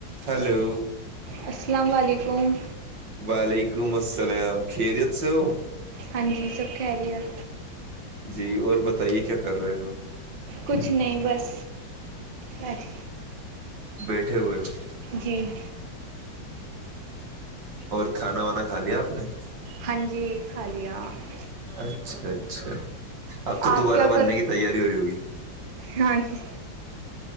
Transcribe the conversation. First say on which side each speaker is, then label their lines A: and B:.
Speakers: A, on the right; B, on the right.
A: hello
B: السلام علیکم
A: وعلیکم <inaudible> ولیکم السلام خیریت سے ہو
B: ہاں جی سب خریر <inaudible>
A: جی اور بتائیے کیا کر رہے ہو
B: کچھ نہیں بس ا <inaudible>
A: بیٹھے ہوئے ہو <inaudible>
B: جی <inaudible>
A: اور کھانا وانا کھا لیا آپ نے <inaudible>
B: ہاں جی خالیا <inaudible>
A: اچھا اچھا اب تو
B: آپ
A: دوبارہ
B: کیا
A: بننے
B: کر
A: کی تیاری ہو رہی ہوگی
B: ہاں جی